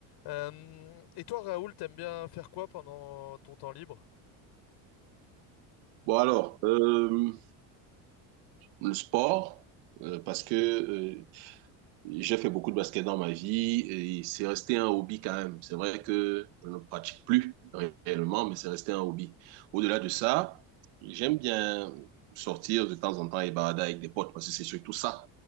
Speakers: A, on the left; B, on the right.
A: Euh, et toi, Raoul, t'aimes bien faire quoi pendant ton temps libre?
B: Bon alors, euh, le sport, euh, parce que euh, j'ai fait beaucoup de basket dans ma vie et c'est resté un hobby quand même. C'est vrai que je ne pratique plus réellement, mais c'est resté un hobby. Au-delà de ça, j'aime bien sortir de temps en temps et balader avec des potes parce que c'est surtout ça.